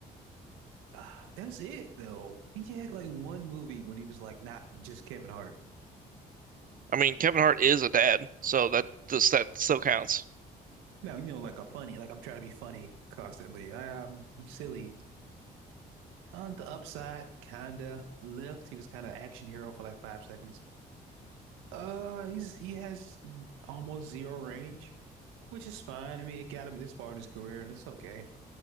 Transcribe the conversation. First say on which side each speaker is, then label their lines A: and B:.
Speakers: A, on the right (about 80°); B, on the right (about 45°).
A: Uh, that's it though. He had like one movie when he was like not just Kevin Hart.
B: I mean, Kevin Hart is a dad, so that does that still counts.
A: No, you know, like a funny, like I'm trying to be funny constantly. I, um, I'm silly. On the upside, kinda. Lift, he was kind of action hero for like five seconds. Uh, he's he has mm, almost zero range, which is fine. I mean, it got him this far in his career, and it's okay.